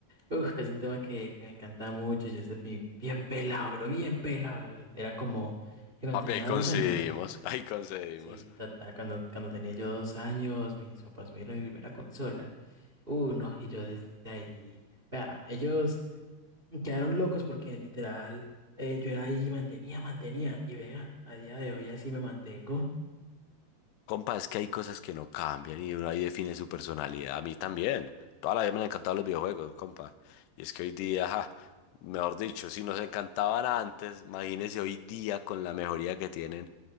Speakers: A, on the right (about 65°); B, on the left (about 85°).
A: uf, es un tema que, que me encanta mucho. Yo desde pi- bien pelado, pero bien pelado. Yo Era como que cuando
B: Papi,
A: tenía
B: ahí coincidimos,
A: dos años.
B: <laughs> ahí coincidimos.
A: Sí, tata, cuando, cuando tenía yo dos años, mis papás me dieron mi primera consola. Uh, no, y yo desde ahí. Vea, ellos. Quedaron locos porque literal eh, yo era ahí, mantenía, mantenía. Y vea, a día de hoy así me mantengo.
B: Compa, es que hay cosas que no cambian y uno ahí define su personalidad. A mí también. Toda la vida me han encantado los videojuegos, compa. Y es que hoy día, ja, mejor dicho, si nos encantaban antes, imagínense hoy día con la mejoría que tienen.